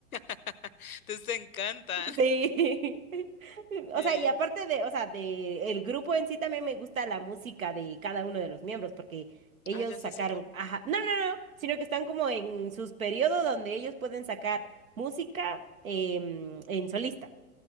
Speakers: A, on the left (about 75°); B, on the right (about 65°).
A: <laughs> entonces te encantan.
B: Sí. <laughs> O
A: Sí.
B: sea, y aparte de, o sea, de el grupo en sí también me gusta la música de cada uno de los miembros porque ellos
A: Ah, ya
B: sacaron,
A: se separan.
B: ajá, no, no, no, sino que están como en sus periodos donde ellos pueden sacar música em, en solista.